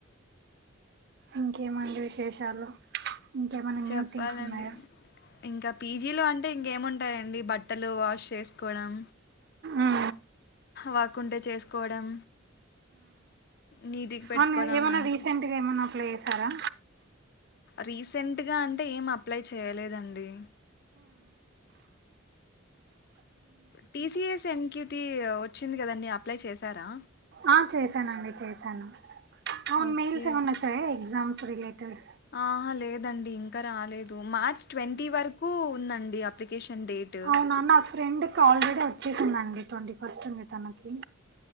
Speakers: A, on the right (about 50°); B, on the left (about 50°).
A: ఇంకేమండి విశేషాలు ఇంకేమైన్నా
B: చెప్పాలండి
A: న్యూ థింగ్స్ ఉన్నాయా
B: ఇంకా పీజీలో అంటే ఇంకేముంటాయండి బట్టలు వాష్ చేసుకోవడం
A: ఆ
B: వర్క్ ఉంటే చేసుకోవడం నీటికి పెట్టుకోవడం
A: అవును ఏమైనా
B: అంత
A: రీసెంట్గా ఏమైనా అప్లై చేసారా
B: రీసెంట్గా అంటే ఏం అప్లై చేయలేదండి టిసఎస్ ఎన్క్యూటీ వచ్చింది కదండడి అప్లై చేశారా
A: ఆ చేశానండి చేశాను అవును
B: ఓకే
A: మెయిల్స్ ఏమైన్నా వచ్చాయా ఎగ్జామ్స్ రిలేటెడ్
B: ఆహా లేదండి ఇంకా రాలేదు మార్చ్ ట్వంటీ వరకు ఉందండి అప్లికేషన్ డేట్
A: అవునా నా ఫ్రెండ్కి ఆల్రెడీ వచ్చేసిందండి ట్వంటీ ఫస్ట్ ఉంది తనకి